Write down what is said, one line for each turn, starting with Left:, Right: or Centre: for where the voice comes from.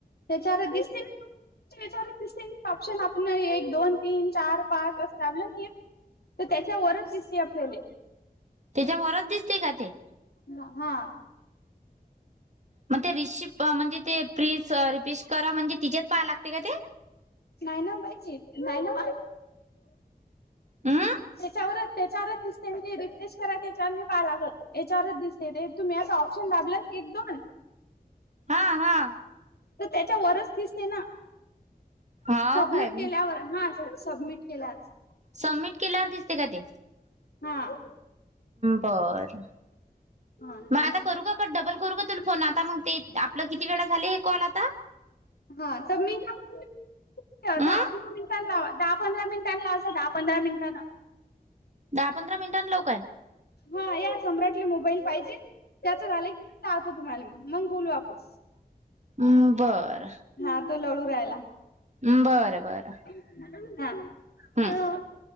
Left: त्याच्यार दिसते त्या दिसते ऑप्शन आप पण ना एक दोन तीन चार पाच असं दाबलं नाही तर त्याच्यावरच दिसते आपल्याले.
Right: त्याच्या वरच दिसते का ते?
Left: ह हां.
Right: मग ते रिष म्हणजे ते प्रि रिपेश करा, म्हणजे तिच्यात पाहा लागते का ते?
Left: नाही ना बाईची, नाही ना
Right: अंऽऽऽ
Left: त्याच्यावरच त्याच्यावरच दिसते ते रिफ्रेश करा त्याच्यावर नाई पाहाला लागत. तेचावरच दिसते ते, तुम्ही आता ऑप्शन दाबलं ना एक दोन
Right: हा हा
Left: तर त्याच्यावररच दिसते ना,,
Right: हाव
Left: सबमिट
Right: काय
Left: केल्यावर,, हा सबमिट केलाच
Right: सबमिट केल्यावर दिसते का ते?
Left: हा
Right: बरं
Left: हा
Right: मग आता. करू का का डबल करू का तुला फोन आता मग ते आपलं किती वेळा झाले हे कॉल आता.
Left: हा तर मी का. <unintelligible>
Right: अं
Left: दहा पंधरा मिनिटां लावा दहा पंधरा मिनिटां लावसाल दहा पंधरा मिनिटांना.
Right: दहा पंधरा मिनिटां लाऊ काय?
Left: हा या सम्राटले मोबाईल पाहिजे त्याचं झालं की मी लावतो तुम्हाला मग बोलू आपूण.
Right: हम्म बरं.
Left: हा तो रडू राहायला.
Right: हम् बरं बरं.
Left: हा. <unintelligible>
Right: हम्म.